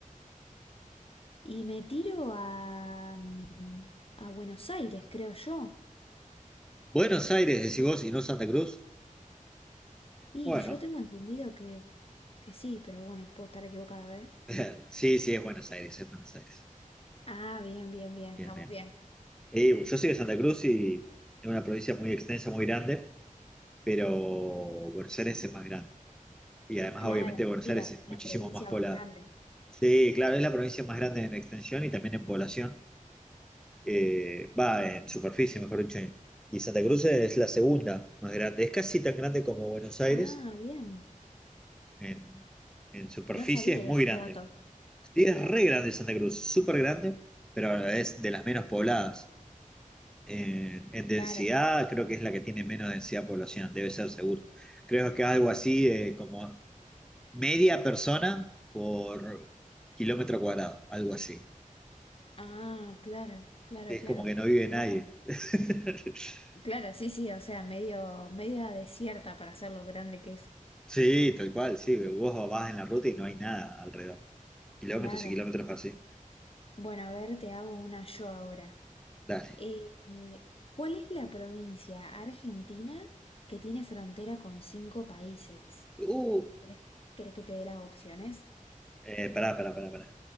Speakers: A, on the left; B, in the centre.
A: Y me tiro a, mm, a Buenos Aires, creo yo.
B: Buenos Aires, decís vos, y no Santa Cruz.
A: Y
B: Bueno,
A: yo tengo entendido que, que sí, pero bueno, puedo estar equivocada, a ver.
B: <laughs> sí, sí, es Buenos Aires, es Buenos Aires.
A: Ah, bien, bien, bien,
B: Bien,
A: estamos
B: bien.
A: bien.
B: Sí, yo soy de Santa Cruz y es una provincia muy extensa, muy grande, pero Buenos Aires es más grande. Y además,
A: Claro,
B: obviamente, Buenos
A: y
B: Aires
A: la,
B: es
A: la
B: muchísimo
A: provincia
B: más poblada.
A: más grande.
B: Sí, claro, es la provincia más grande en extensión y también en población. Eh, va, en superficie, mejor dicho. Y Santa Cruz es la segunda más grande. Es casi tan grande como Buenos Aires.
A: Ah, bien.
B: En, en superficie
A: No sabía
B: es muy
A: ese
B: grande.
A: dato.
B: Sí,
A: Mirá,
B: es re grande Santa Cruz, súper grande, pero es de las menos pobladas. eh, en densidad,
A: claro.
B: creo que es la que tiene menos densidad poblacional, debe ser seguro. Creo que algo así eh, como media persona por kilómetro cuadrado, algo así.
A: Ah, claro, claro,
B: Es
A: claro.
B: como que no vive nadie.
A: Bueno,
B: <laughs>
A: eh, claro, sí, sí, o sea, medio, media desierta para ser lo grande que es.
B: Sí, tal cual, sí. Vos vas en la ruta y no hay nada alrededor. Kilómetros
A: Claro.
B: y kilómetros así.
A: Bueno, a ver, te hago una yo ahora.
B: Dale.
A: Eh, eh, ¿cuál es la provincia argentina que tiene frontera con cinco países?
B: Uh,
A: ¿Querés, querés que te dé las opciones?
B: eh, pará, pará, pará, pará.